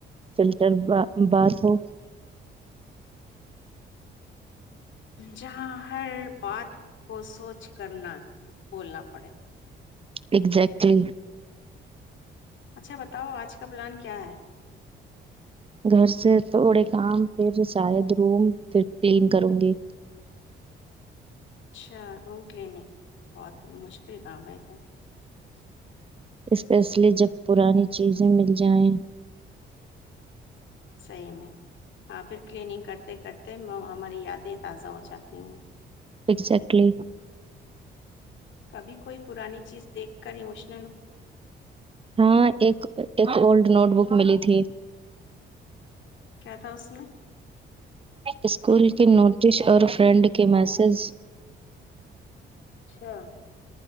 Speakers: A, on the right; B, on the left.
A: فلٹر بات ہو
B: جہاں ہر بات کو سوچ کرنا بولنا پڑے
A: اگزیکٹلی
B: اچھا بتاؤ آج کا پلان کیا ہے
A: گھر سے تھوڑے کام پھر شاید روم پھر کلین کروں گی
B: اچھا روم کلیننگ بہت مشکل کام ہے تو
A: اس فیصلے جب پرانی چیزیں مل جائیں
B: سحی میں ہاں پھر کلیننگ کرتے کرتے ہماری یادیں تازہ ہو جاتی ہیں
A: اگزٹلی
B: کبھی کوئی پرانی چیز دیکھ کری مشکل
A: ہاں ایک ایک اولڈ نوٹ بک ملی تھی
B: کیا تھا اس میں
A: اسکول کے نوٹس اور فرینڈ کے میسز
B: چھ